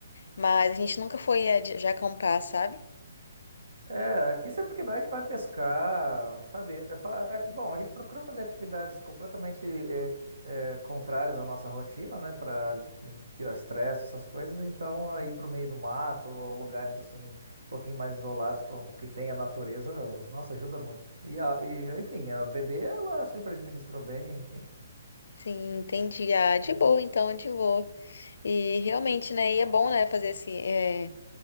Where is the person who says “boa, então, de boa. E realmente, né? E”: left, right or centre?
Left